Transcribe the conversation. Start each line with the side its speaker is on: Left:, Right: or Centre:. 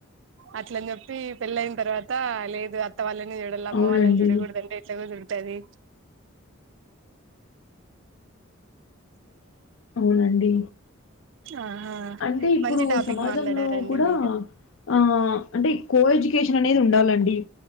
Right: అట్లా అని చెప్పి పెళ్ళైన తర్వాత లేదు అ అత్త వాళ్ళని వేడోళ్ళ అమ్మ
Left: అవునండి
Right: వాళ్ళని చూడకూదంటే ఎట్లా కుదుర్తది
Left: అవునండి
Right: ఆహా
Left: అంటే ఇప్పుడు
Right: మంచి టాపిక్
Left: సమాజంలో
Right: మాట్లాడారండి
Left: కూడా
Right: మీరు
Left: ఆ అంటె ఇ కో ఎడ్యుకేషన్ అనేది ఉండాలండి